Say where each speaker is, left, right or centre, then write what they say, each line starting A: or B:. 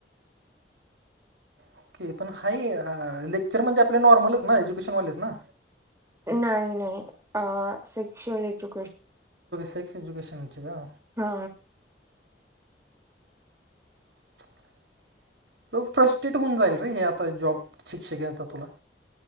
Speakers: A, on the right; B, on the right.
A: ओके पण हाय लेक्चर म्हणजे आपले नॉर्मलच ना एज्युकेशनवालेच ना
B: नाही नाही अ सेक्शुल येजू
A: सेक्स एड्युकेशन नची का
B: हा
A: <unintelligible> फ्रस्टेट होऊन जाईल र हे आता जॉब शिक्षकचा तुला